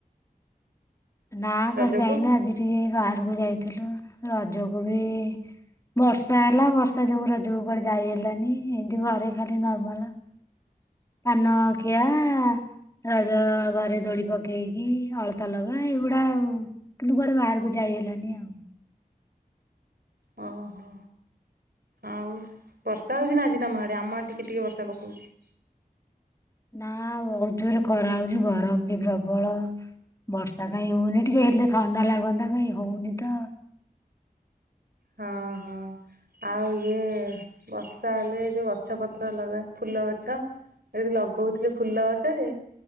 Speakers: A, on the left; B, on the right.
A: ନା କୁଆଡେ
B: ରଜକୁ
A: ଯାଇନୁ ଆଜି ଟିକେ ବାହାରକୁ ଯାଇଥିଲୁ ରଜକୁ ବି ବର୍ଷା ହେଲା, ବର୍ଷା ଯୋଗୁ ରଜକୁ କୁଆଡେ ଯାଇ ହେଲାନି। ଏମିତି ଘରେ ଖାଲି ନର୍ମାଲ। ପାନ ଖିଆ, ରଜ ଘରେ ଦୋଳି ପକେଇକି, ଅଳତା ଲଗା ଏଇଗୁଡା କିନ୍ତୁ କୁଆଡେ ବାହାରକୁ ଯାଇ ହେଲାନି, ଆଉ।
B: ଓହୋ, ଆଉ ବର୍ଷା ହୋଉଛି, ନା ଆଜି ତମ ଆଡ଼େ ଆମ ଆଡ଼େ ଟିକେ, ଟିକେ ବର୍ଷା ପକୋଉଛି।
A: ନା ବହୁତ ଜୋରେ ଖରା ହଉଛି। ଗରମ ବି ପ୍ରବଳ, ବର୍ଷା କାହିଁ ହଉନି ଟିକେ ହେଲେ ଥଣ୍ଡା ଲାଗନ୍ତା। କାଇଁ ହଉନି ତ
B: ହଁ ହଁ ଆଉ ଇଏ ବର୍ଷା ହେଲେ ଯେଉଁ ଗଛ ପତ୍ର ଲଗା ଫୁଲ ଗଛ ଏଠି ଲଗୋଉଥିଲି ଫୁଲ ଗଛ ଯେ